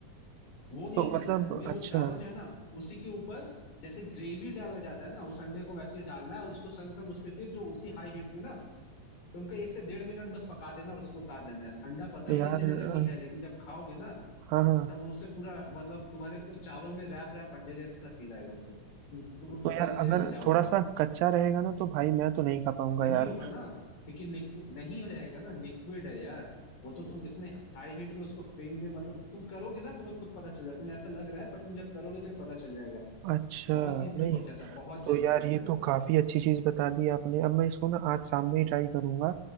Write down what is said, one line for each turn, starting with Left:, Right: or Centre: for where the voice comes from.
Left: वो नहीं
Right: तो
Left: करना
Right: मतलब
Left: है तुम्हें वो
Right: अच्छा
Left: चावल जो है ना उसी के ऊपर जैसे ग्रेवी डाला जाता है ना उस अंडे को वैसे ही डालना है और उसको संग संग उस पे फिर जो उसी हाई हीट में ना तुमको एक से डेढ़ मिनट बस पका देना और उसको उतार लेना है अंडा पता
Right: तो
Left: ही
Right: यार
Left: नहीं चलेगा
Right: अ,
Left: कि है लेकिन जब खाओगे ना
Right: हाँ हाँ
Left: तब उसे पूरा मतलब तुम्हारे को चावल में रैप रैप अंडे जैसा फील आएगा पूरा तुमको
Right: तो
Left: पता
Right: यार
Left: ही नहीं चलेगा
Right: अगर
Left: कि चावल
Right: थोड़ा
Left: है
Right: सा कच्चा रहेगा ना तो भाई मैं तो नहीं खा पाऊंगा
Left: नहीं
Right: यार
Left: होगा ना क्योंकि लिक्विड नहीं रहेगा ना लिक्विड है यार वो तो तुम इतने हाई हीट में उसको फ्रेम में मतलब तुम करोगे ना तुम्हें खुद पता चल जाएगा तुम्हें ऐसा लग रहा है पर तुम जब करोगे तुम्हें पता चल जाएगा
Right: अच्छा
Left: बहुत इजीली
Right: नहीं
Left: पक जाता है बहुत
Right: तो
Left: जल्दी
Right: यार
Left: पक
Right: ये
Left: जाएगा
Right: तो काफी अच्छी चीज बता दी आपने अब मैं इसको ना आज शाम में ही ट्राई करूंगा